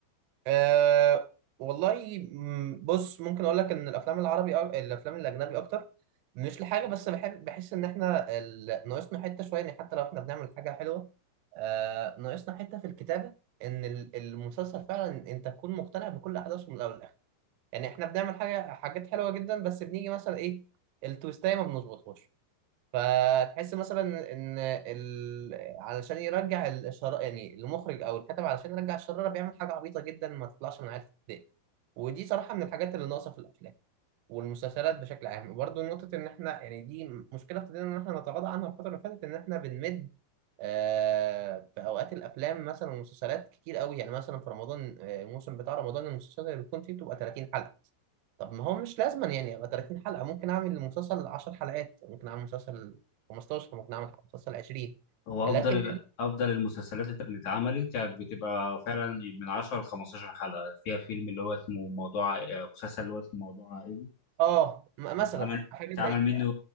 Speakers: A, on the right; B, on the left.
A: أه والله م، بص ممكن اقول لك ان الافلام العربي أو الافلام الاجنبي اكتر مش لحاجه بس بحب بحس ان احنا ال- ناقصنا حته شويه يعني حتى لو احنا بنعمل حاجه حلوه أه ناقصنا حته في الكتابه ان ال- المسلسل فعلا انت تكون مقتنع بكل احداثه من الاول للاخر يعني احنا بنعمل حاجه حاجات حلوه جدا بس بنيجي مثلا ايه التويستايه ما بنظبطهاش فتحس مثلا ان ال... علشان يرجع الشر يعني المخرج او الكاتب علشان يرجع الشراره بيعمل حاجه عبيطه جدا ما تطلعش من عيال ابتدائي ودي صراحه من الحاجات اللي ناقصه في الافلام والمسلسلات بشكل عام وبرده نقطه ان احنا يعني دي مشكله ابتدينا ان احنا نتغاضى عنها الفتره اللي فاتت ان احنا بنمد آه، في اوقات الافلام مثلا والمسلسلات كتير قوي يعني مثلا في رمضان آه، الموسم بتاع رمضان المسلسلات اللي بتكون فيه بتبقى 30 حلقه طب ما هو مش لازم يعني ابقى 30 حلقة ممكن اعمل المسلسل 10 حلقات ممكن اعمل مسلسل 15 ممكن اعمل مسلسل 20
B: هو
A: لكن
B: افضل افضل المسلسلات اللي اتعملت كانت بتبقى فعلا من 10 ل 15 حلقه فيها فيلم اللي هو اسمه موضوع آه، مسلسل اللي هو اسمه موضوع عائلي
A: اه م-
B: ده
A: مثلا
B: اتعمل
A: حاجة
B: اتعمل
A: زي
B: منه